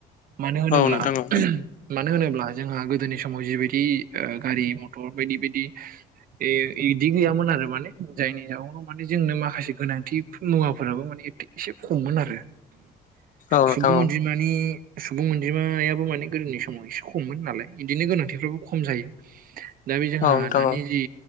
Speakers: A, on the right (about 55°); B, on the left (about 50°).
A: मानो होनोब्ला
B: औ नोंथां औ
A: मानो होनोब्ला जोंहा गोदोनि समाव जिबायदि गारि ओ मथर बायदि बायदि इदि गैयामोन आरो माने जायनि जउनाव माने जोंनो माखासे गोनांथि मुवाफोराबो माने एसे खममोन आरो
B: औ नोंथां
A: सुबुं अनजिमा नि सुबुं अनजिमायाबो माने गोदोनि समाव एसे खममोन नालाय इदिनो गोनांथिफ्राबो खम जायो
B: <inaudible>
A: दा बे जोंहा
B: औ नोंथां
A: दानि
B: औ
A: जि